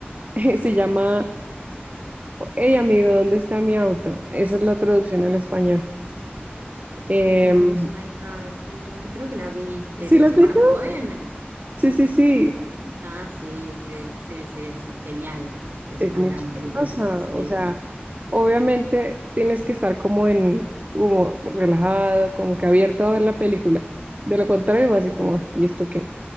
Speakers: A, on the right; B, on the right.
A: <laughs> Se llama Hey amigo, ¿dónde está mi auto? Esa es la traducción al español. Em,
B: Okay, where's my car? Hey, dude. Creo que la vi. Eh,
A: ¿sí
B: ¿de
A: la
B: los
A: has
B: hermanos
A: visto?
B: Cohen?
A: Sí, sí, sí.
B: Ah, sí, sí, sí, sí, es genial. Es
A: Es
B: una
A: muy
B: gran
A: chistosa.
B: película, sí.
A: O sea, obviamente tienes que estar como en, como relajado, como que abierto a ver la película. De lo contrario, vas así como, "Ah, ¿y esto qué?